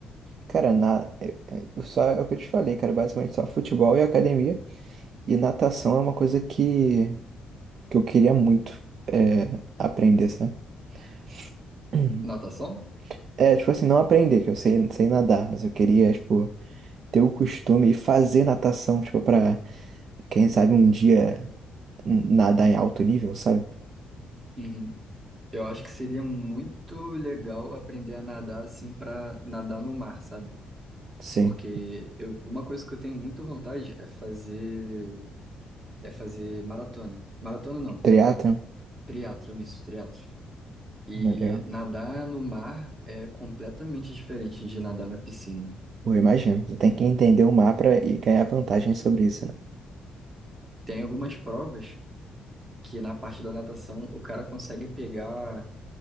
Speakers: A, on the right; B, on the right.
A: cara, na, é- é- eu só é o que eu te falei, cara, basicamente só futebol e academia. E natação é uma coisa que, que eu queria muito é, aprender, sabe? <clears throat> Uhum.
B: Natação?
A: É, tipo assim, não aprender, que eu sei, sei nadar, mas eu queria, tipo, ter o costume e fazer natação, tipo, pra, quem sabe um dia nadar em alto nível, sabe?
B: Uhum. Eu acho que seria muito legal aprender a nadar assim pra nadar no mar, sabe?
A: Sim.
B: Porque eu, uma coisa que eu tenho muita vontade é fazer é fazer maratona. Maratona não, perdão.
A: Triatlon,
B: Triatlo, isso, triatlo. E
A: melhor.
B: nadar no mar é completamente diferente de nadar na piscina.
A: Eu imagino. Você tem que entender o mar pra e ganhar vantagem sobre isso, né?
B: Tem algumas provas que na parte da natação o cara consegue pegar